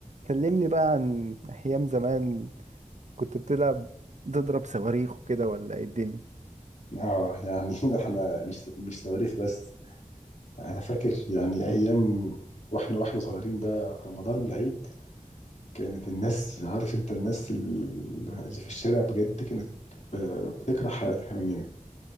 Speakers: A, on the right; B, on the left.
A: كلمني بقى عن أيام زمان كنت بتلعب تضرب صواريخ وكده ولا إيه الدنيا؟
B: اه يعني <laughs> ده احنا مش مش تواريخ بس انا فاكر يعني ايام واحنا واحنا صغيرين ده رمضان والعيد كانت الناس عارف انت الناس ال- اللي في الشارع بجد كانت آه، بتكره حياتها مننا